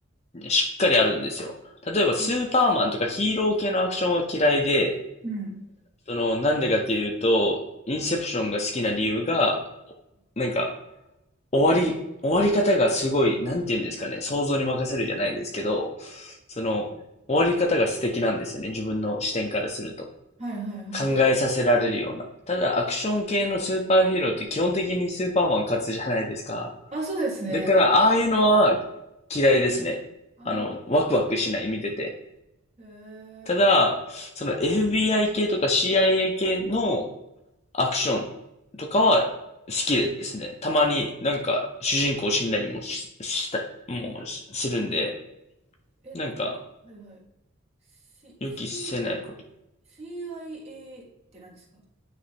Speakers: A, on the left; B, on the right.
A: ねしっかりあるんですよ。例えば、スーパーマンとかヒーロー系のアクションは嫌いで、
B: うん。うん。
A: その、なんでかっていうと、インセプションが好きな理由が、なんか、終わり、終わり方がすごい、なんて言うんですかね、想像に任せるじゃないですけど、その、終わり方が素敵なんですよね、自分の視点からすると。
B: はいはいはいはい。
A: 考えさせられるような。ただ、アクション系のスーパーヒーローって基本的にスーパーマン勝つじゃないですか。
B: あ、そうですね。
A: だから、ああいうのは嫌いですね。
B: あ、
A: あの、ワクワクしない、見てて。
B: へえ。
A: ただ、その FBI 系とか CIA 系のアクションとかは好きですね。たまになんか主人公死んだりもし、した、もうしするんで、
B: え、
A: なんか
B: ちょはいはい。C、
A: 予期せないこと。
B: C、CIA って何ですか